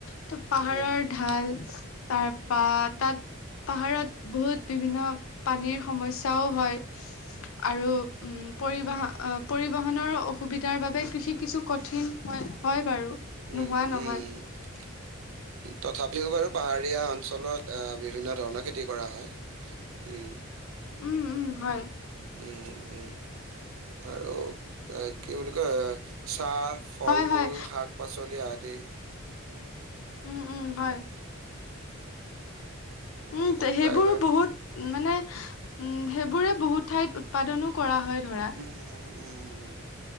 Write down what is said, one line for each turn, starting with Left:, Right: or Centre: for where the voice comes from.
Left: ত পাহাৰৰ
Right: উম,
Left: ঢাল, তাৰপা তাত পাহাৰত বহুত বিভিন্ন পানীৰ সমস্যাও হয়। আৰু উম পৰিবাহা পৰিবহণৰ অসুবিধাৰ বাবে কৃষি কিছু কঠিন হয় হয় বাৰু।
Right: উম
Left: নোহোৱা
Right: উম
Left: নহয়
Right: উ। তথাপিও বাৰু পাহাৰীয়া অঞ্চলত বিভিন্ন ধৰণৰ খেতি কৰা হয়। উম।
Left: উম উম হয়।
Right: উম উম ত আ কি বুলি কয়। চাহ, ফল
Left: হয়,
Right: - মূল,
Left: হয়
Right: শাক পাচলি আদি।
Left: উম, উম হয়। উম
Right: তেনেকুৱাই
Left: ত সেইবোৰ
Right: আৰু।
Left: বহুত মানে উম, সেইবোৰে বহুত ঠাইত উৎপাদনো কৰা হয়। ধৰা।
Right: উম উম উম উম।